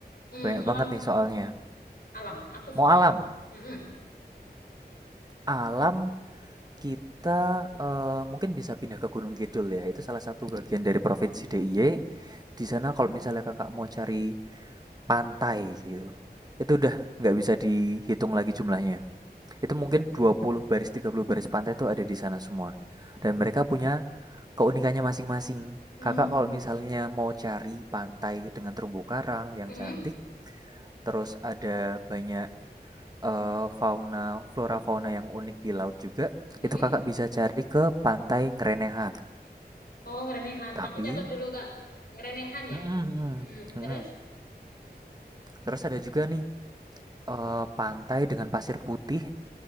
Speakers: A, on the left; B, on the right.
A: Hmm,
B: Banyak
A: alam
B: banget
A: di-
B: nih soalnya.
A: alam. Aku
B: Mau
A: suka.
B: alam?
A: Mm-mm.
B: Alam Kita eee, mungkin bisa pindah ke Gunung Kidul ya, itu salah satu bagian dari provinsi DIY. Di sana kalau misalnya Kakak mau cari pantai gitu, itu udah nggak bisa dihitung lagi jumlahnya. Itu mungkin 20 baris, 30 baris pantai itu ada di sana semua. Dan mereka punya keunikannya masing-masing.
A: Hmm,
B: Kakak kalau misalnya mau cari pantai dengan terumbu karang yang
A: mm-mm,
B: cantik, terus ada banyak eh, fauna flora fauna yang unik di laut juga
A: mm-mm.
B: itu kakak bisa cari ke pantai Ngerenehan
A: Oh, ngerenehan.
B: tapi
A: Aku catat dulu Kak. Ngerenehan
B: Mm-mm,
A: ya.
B: mm-mm,
A: Mm-mm.
B: mm-mm.
A: Terus
B: terus ada juga nih eh, pantai dengan pasir putih